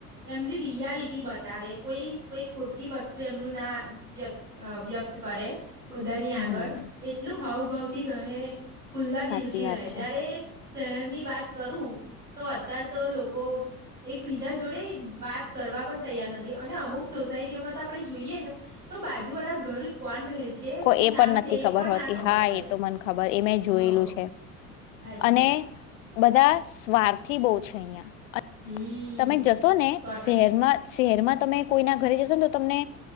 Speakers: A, on the right (about 85°); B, on the left (about 55°).
A: એમની રિયાલિટી બતાવે કોઈ કોઈ ખોટી વસ્તુ એમનું ના વ્યક્ત વ્યક્ત કરે બધાની
B: હમ
A: આગળ એટલું હાવભાવ રહે. ખુલ્લા
B: સાચી
A: દિલથી
B: વાત
A: રહે
B: છે
A: જયારે શહેર ની વાત કરું તો અતાર તો લોકો એકબીજા જોડે વાત કરવા પણ તૈયાર નથી અને અમુક સોસાયટીઓમાં તો આપણે જોઈએ ને તો બાજુ વાળા ઘર કોણ રહે છે
B: કો
A: શું
B: એ
A: નામ
B: પણ
A: છે
B: નથી
A: એ
B: ખબર
A: પણ
B: હોતી
A: ના ખબર
B: હા
A: હોય
B: એ તો મને ખબર એ મેં જોયેલું
A: હ
B: છે
A: સાચી
B: અને
A: વાત
B: બધા સ્વાર્થી બહુ છે અહીંયાં.
A: હમ
B: તમે જશો ને
A: સો ટકા
B: શહેરમાં શહેરમાં તમે કોઈના ઘરે જશો ને તો તમને